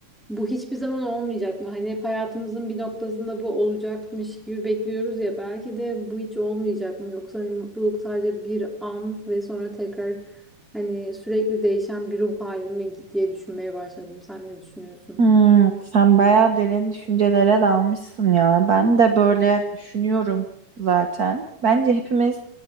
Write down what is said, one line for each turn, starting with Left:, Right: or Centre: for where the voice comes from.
Centre: Bu hiçbir zaman olmayacak mı? Hani hep hayatımızın bir noktasında bu olacakmış gibi bekliyoruz ya. Belki de bu hiç olmayacak mı? Yoksa hani mutluluk sadece bir an ve sonra tekrar hani sürekli değişen bir ruh halime mi diye düşünmeye başladım. Sen ne düşünüyorsun?
Right: Hmm, sen bayağı derin düşüncelere dalmışsın ya. Ben de böyle düşünüyorum zaten. Bence hepimiz